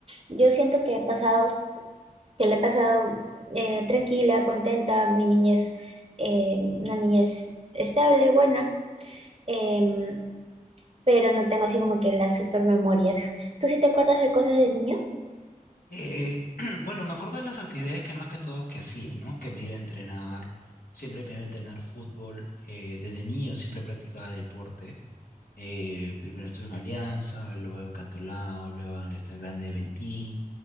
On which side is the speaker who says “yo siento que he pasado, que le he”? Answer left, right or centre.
Right